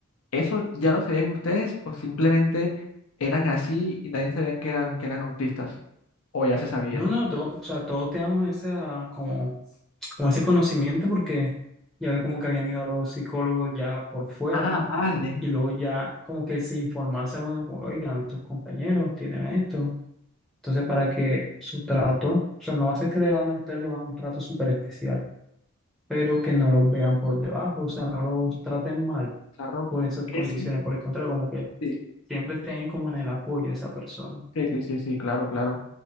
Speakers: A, on the left (about 80°); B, in the centre.
A: ¿Eso ya lo sabían ustedes o simplemente eran así y nadie sabían que eran, que eran autistas? O ya se sabía.
B: No, no, todo, o sea, todos teníamos esa, como, como ese conocimiento porque ya ve como que habían ido a los psicólogos ya por fuera
A: Ah, vale.
B: y luego ya como que se informarse a los, oigan, estos compañeros tienen esto. Entonces, para que su trato, o sea, no va a ser que le van a ustedes le van a un trato súper especial, pero que no los vean por debajo, o sea, no los traten mal
A: Claro.
B: por esas
A: Que
B: condiciones.
A: sí.
B: Por el contrario, como que
A: Sí,
B: siempre tener como en el apoyo de esa persona.
A: sí, sí, sí, sí, claro, claro.